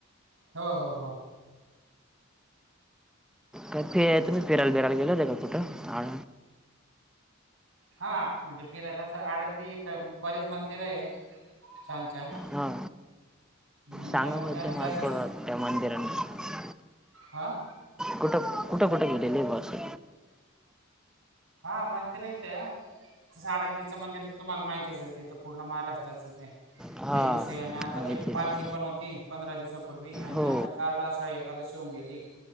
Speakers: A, on the right; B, in the centre.
A: हो-हो, हा.
B: क ते तुम्ही फिरायला बिरायला गेले होते का कुठं, आ?
A: हा म्हणजे फिरायला असं आळंदीत बरेच मंदिर ये छान- छान.
B: हा
A: मंदिरांमध्ये
B: सांगा बरं
A: आम्ही जात
B: मला थोडं त्या मंदिरा बद्धल
A: आ,
B: कुठं -कुठं, कुठे गेलेले <unintelligible> म अशी
A: हा मंदिर आहे इथं. तेच आळंदीचं मंदिर तुम्हाला माहितचं ये, ते तर पूर्ण महाराष्ट्राचं ते.
B: हां
A: फेमस ये आणि आता
B: माहिती
A: ते
B: आहे
A: पालखी पण होती, पंधरा दिवसापूर्वी आणि
B: हो
A: आता काल आषाढीएक दशी होऊन गेली,